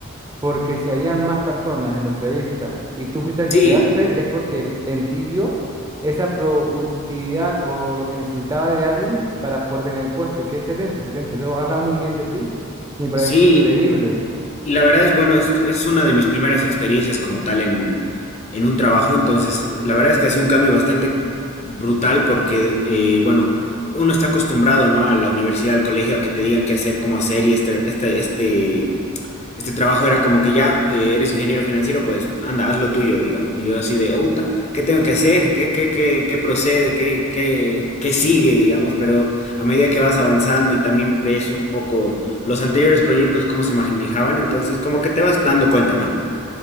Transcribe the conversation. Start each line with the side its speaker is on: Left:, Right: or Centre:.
Right: porque si habían más personas en la entrevista y tú fuiste el que
Left: Sí,
Right: quedaste, es porque en ti vio esa productividad o lo que necesitaba de alguien para poder tener el puesto. Y qué excelente, excelente. Eso habla muy bien de ti. Me parece
Left: sí,
Right: increíble.
Left: y la verdad es, bueno, es, es una de mis primeras experiencias como tal en, en un trabajo, entonces la verdad es que ha sido un cambio bastante brutal porque, eh, bueno, uno está acostumbrado, ¿no? A la universidad, al colegio, a que te digan qué hacer, cómo hacer y este, este, este este trabajo era como que ya eh, eres ingeniero financiero, pues anda, haz lo tuyo, digamos. Y yo así de, puta, ¿qué tengo que hacer? ¿Qué, qué, qué, qué procede? ¿Qué, qué, qué sigue, digamos? Pero a medida que vas avanzando y también ves un poco los anteriores proyectos, cómo se manejaban, entonces como que te vas dando cuenta, ¿no?